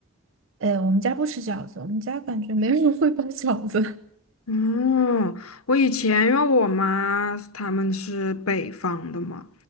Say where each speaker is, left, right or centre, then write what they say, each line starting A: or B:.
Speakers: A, on the right; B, on the left.
A: 哎，我们家不吃饺子，我们家感觉没人会包饺子。
B: 嗯，我以前因为我妈他们是北方的嘛，